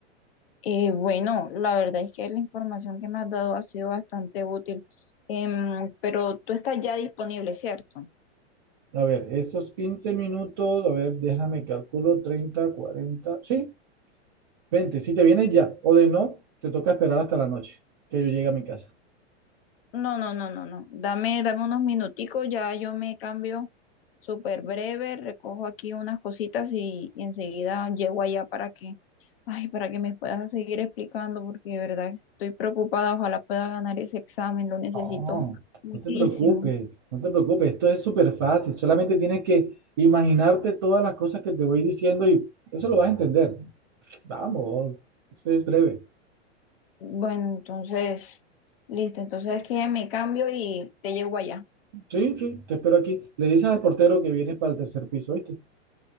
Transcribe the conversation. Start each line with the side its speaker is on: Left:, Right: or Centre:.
Left: Eh, bueno, la verdad es que la información que me has dado ha sido bastante útil, Em, pero tú estás ya disponible, ¿cierto?
Right: A ver, esos 15 minutos, a ver, déjame calculo, 30, 40, sí, 20, si te vienes ya o de no, te toca esperar hasta la noche que yo llegue a mi casa.
Left: No, no, no, no, no. Dame, dame unos minuticos, ya yo me cambio súper breve, recojo aquí unas cositas y, y enseguida llego allá para que, ay, para que me puedas seguir explicando, porque de verdad estoy preocupada, ojalá pueda ganar ese examen, lo necesito
Right: No,
Left: muchísimo.
Right: No te preocupes, no te preocupes, esto es súper fácil, solamente tienes que imaginarte todas las cosas que te voy diciendo y eso lo vas a entender. Vamos, eso es breve.
Left: Bueno, entonces, listo, entonces es que me cambio y te llego allá.
Right: Sí, sí, te espero aquí. Le dices al portero que vienes para el tercer piso, ¿viste?